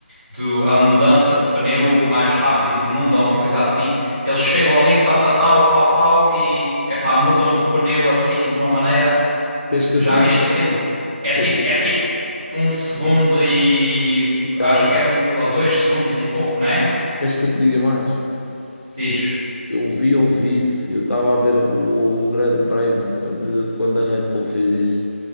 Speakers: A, on the right; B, on the left.
A: do a mudança de pneu mais rápida do mundo ou uma coisa assim. Eles chegam ali, tal, tal, tal, pau, pau e é pá, mudam o pneu assim de uma maneira.
B: queres que
A: Já
B: eu te diga?
A: viste aquilo? É
B: Queres
A: tipo,
B: que,
A: é tipo um segundo
B: eu-
A: e
B: tá,
A: acho que é um ou dois segundos e pouco, não é?
B: queres que eu te diga mais?
A: Diz.
B: Eu vi ao vivo, eu estava a ver o, o Grande Prémio quando, quando a Red Bull fez isso.